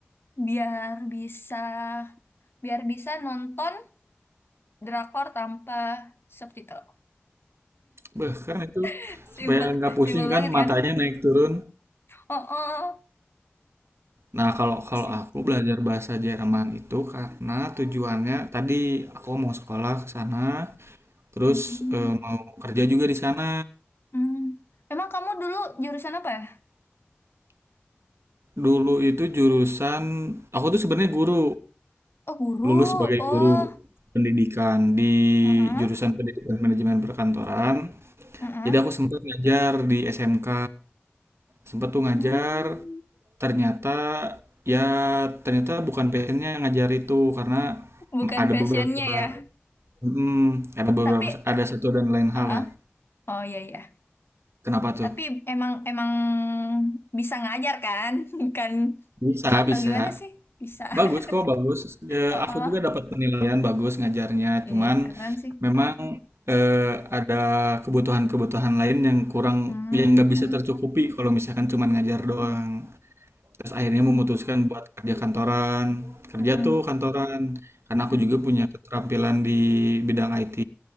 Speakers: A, on the left; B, on the right.
A: Biar bisa biar bisa nonton drakor tanpa subtitle.
B: Beh, kan itu
A: <laughs> Simpel
B: supaya nggak pusing
A: simpel banget
B: kan matanya
A: kan?
B: naik turun.
A: Oh, oh. oh.
B: Nah, kalau
A: Terus
B: kalau
A: sih.
B: aku belajar bahasa Jerman itu karena tujuannya tadi aku mau sekolah ke sana, terus
A: Hmm.
B: eh, mau kerja juga di sana.
A: Hmm. Emang kamu dulu jurusan apa ya?
B: Dulu itu jurusan aku tuh sebenarnya guru,
A: Oh, guru.
B: lulus sebagai
A: Oh,
B: guru pendidikan di
A: heeh,
B: jurusan pendidikan manajemen perkantoran.
A: heeh.
B: Jadi aku sempat ngajar di SMK, sempat tuh ngajar,
A: Hmm.
B: ternyata ya ternyata bukan passionnya ngajar itu karena
A: Bukan
B: ada
A: fashionnya
B: beberapa
A: ya.
B: mm, ada beberapa
A: Tapi,
B: ada satu dan lain
A: heeh.
B: hal lah.
A: Oh, iya, iya.
B: Kenapa tuh?
A: Tapi emang emang bisa ngajar kan? <laughs> Bukan
B: Bisa,
A: atau
B: bisa.
A: gimana sih? Bisa. <laughs>
B: Bagus kok, bagus. Eh,
A: Oh,
B: aku juga dapat
A: oh.
B: penilaian bagus ngajarnya,
A: Ini
B: cuman
A: keren sih.
B: memang eh, ada kebutuhan-kebutuhan lain yang kurang,
A: Hmm.
B: yang nggak bisa tercukupi kalau misalkan cuman ngajar doang.
A: Mm-mm.
B: Terus akhirnya
A: Mm-mm.
B: memutuskan buat kerja kantoran, kerja
A: Mm-mm.
B: tuh kantoran. Karena
A: Mm-mm.
B: aku juga punya keterampilan di bidang IT,